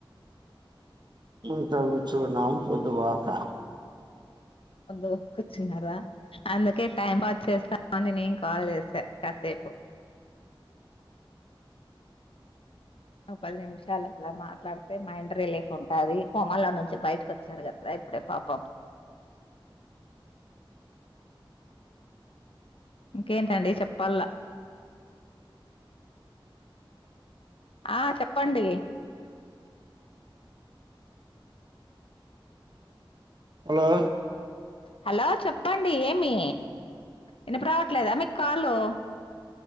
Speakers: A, on the right; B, on the left.
A: ఇంట్ల కూర్చున్నాం పొదువాకా
B: ఒందో కుర్చునార. అందుకే టైం పాస్ చేస్తాం అని నేను కాల్ చేసా కాసేపు. నువ్వు పది నిమిషాలు అలా మాట్లాడితే మైండ్ రిలీఫ్ ఉంటాది. కొమలో నుంచి బయటకి వచ్చారు కదా ఇప్పుడే. పాపబ్ ఇంకేంటండి చెప్పల. ఆ చెప్పండి.
A: అలో
B: హలో చెప్పండి! ఏమి ఇనప రావట్లేదా మీకు కాలు.